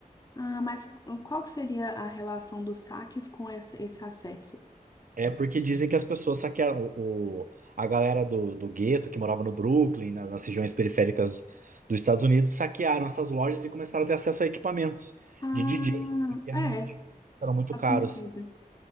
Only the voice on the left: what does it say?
Ah, mas qual que seria a relação dos saques com essa- esse acesso?
Ah,
é,
faz
sentido.